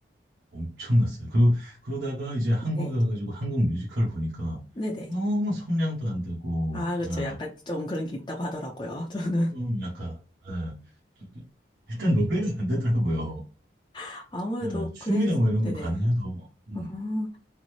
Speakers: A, on the right; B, on the left.
A: 엄청났어요. 그러, 그러다가 이제 한국에
B: 네,
A: 가가지고 한국 뮤지컬 보니까
B: 네네.
A: 너무 성량도 안 되고,
B: 아, 그렇죠.
A: 예,
B: 약간 좀 그런 게 있다고 하더라고요. 저는
A: 좀 약간, 예, 좀- 일단 노래가 안 되더라고요.
B: <laughs> 아무래도
A: 예, 춤이나
B: 그래서,
A: 뭐 이런
B: 네네.
A: 건 가능해도, 뭐, 음,
B: 음,